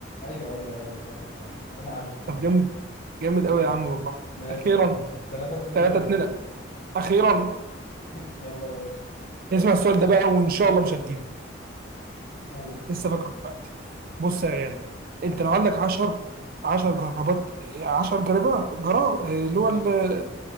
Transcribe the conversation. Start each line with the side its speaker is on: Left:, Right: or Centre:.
Left: ايوه ايوه ايوه صح صح انا عارف كنت
Right: طب جامد جامد
Left: ماشي
Right: قوي يا عم والله
Left: ماشي
Right: اخيرا
Left: يا عم 3 2
Right: 3 2 اخيرا
Left: <laughs> يلا يا باشا
Right: اسمع السؤال ده بقى وان شاء الله مش هتجيبه
Left: قول
Right: لسه فاكره دلوقتي بص يا غالي انت لو عندك 10 10 جرابات 10 جرابات جراب آه، اللي
Left: ماشي
Right: هو ال-